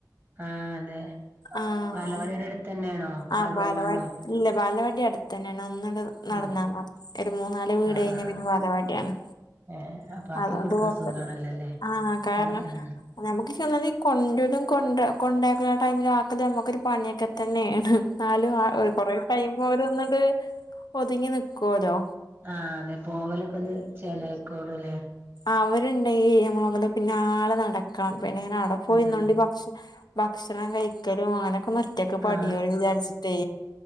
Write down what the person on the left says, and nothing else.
ആഹ്
ആഹ് ബാലവാടി
ഇല്ല ബാലവാടി അടുത്ത് തന്നെയാണ്. ഒന്നങ്ങട് നടന്നാൽ
മതിഒരു മൂന്ന് നാല് വീട്
കഴിഞ്ഞാ
പിന്നെ ബാലവാടിയാണ്.
അതുകൊണ്ട്
കൊഴപ്പില്ല..
ആ കാരണം
നമുക്ക് എന്നാല കൊണ്ടലും കൊ കൊണ്ടാക്കുള്ള ടൈമിലും ആക്കല് നമുക്കൊരു പണിയൊക്കെ തന്നെയാണ് എന്നാലും ആ കൊറെ ടൈമ അവര ഒന്നട് ഒതുങ്ങി നിക്കുവല്ലോ
അവരുണ്ടെങ്ക നമ്മളെ അവലെ പിന്നെ ആലെ നടക്കണം പിന്നെ ഇങ്ങനെ അവിടെ പോയിന്നോണ്ട്
ഭക്ഷണം ഭക്ഷണം കഴിക്കലും അങ്ങനെയൊക്കെ മ ഒറ്റക്കെ പടിയോ
വിചാരിച്ചട്ടേ